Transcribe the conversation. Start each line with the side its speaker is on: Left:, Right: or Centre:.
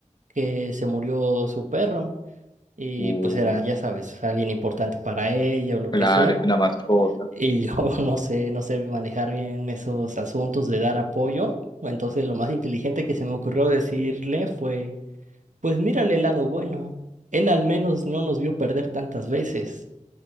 Right: que se murió su perro. Y
Left: Uh,
Right: pues era, ya sabes, alguien importante para ella o lo
Left: claro,
Right: que sea.
Left: es una mascota.
Right: Y yo <laughs> no sé, no sé manejar bien esos asuntos de dar apoyo. Entonces lo más inteligente que se me ocurrió decirle fue, pues mírale el lado bueno. Él al menos no nos vio perder tantas veces.